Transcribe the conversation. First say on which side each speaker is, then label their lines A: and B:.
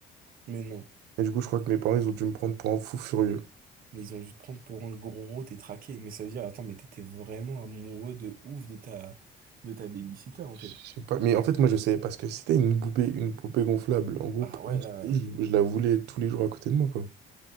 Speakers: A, on the right; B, on the right.
A: Mais non.
B: Et du coup, je crois que mes parents, ils ont dû me prendre pour un fou furieux.
A: Mais ils ont dû te prendre pour un gros détraqué. Mais ça veut dire, attends, mais t'étais vraiment amoureux de ouf de ta, de ta babysitter, en
B: Je
A: fait.
B: sais pas, mais en fait, moi, je savais parce que c'était une poupée, une poupée gonflable. En gros,
A: Ah
B: pour
A: ouais,
B: moi,
A: là,
B: c'était- je, je la voulais tous les jours à côté de moi, quoi.